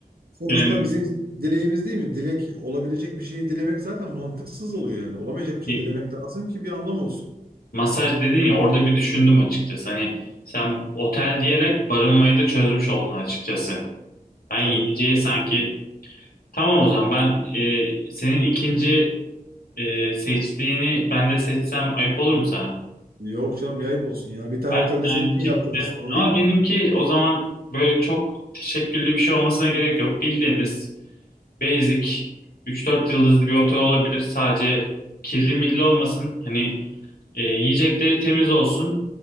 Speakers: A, on the right; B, on the left.
A: Sonuçta
B: yani
A: bizim dileğimiz değil mi? Dilek olabilecek bir şeyi dilemek zaten mantıksız oluyor yani. Olamayacak bir şey
B: bir-
A: dilemek lazım ki bir anlam olsun.
B: masaj dedin ya orada bir düşündüm açıkçası. Hani sen otel diyerek barınmayı da çözmüş oldun açıkçası. Ben
A: Tabii.
B: yiyeceği
A: O-
B: sanki tamam o zaman ben e, senin ikinci e, seçtiğini ben de seçsem ayıp olur mu sana?
A: Yok canım ne ayıp olsun ya. Bir tane
B: Ben
A: otelde
B: yani
A: senin için
B: bir
A: yaptırırız
B: şekilde
A: sorun
B: ama
A: değil ki.
B: benimki o zaman böyle çok teşekküllü bir şey olmasına gerek yok. Bildiğimiz basic üç dört yıldızlı bir otel olabilir. Sadece kirli milli olmasın. Hani e, yiyecekleri temiz olsun.